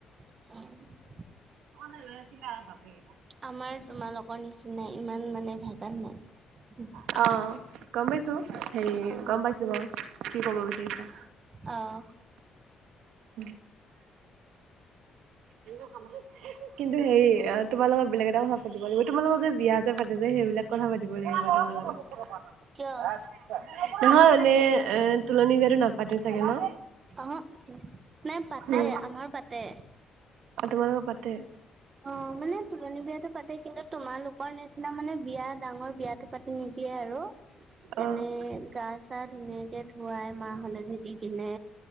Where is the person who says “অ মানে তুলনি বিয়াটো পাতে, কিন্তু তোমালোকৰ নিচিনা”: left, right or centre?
Right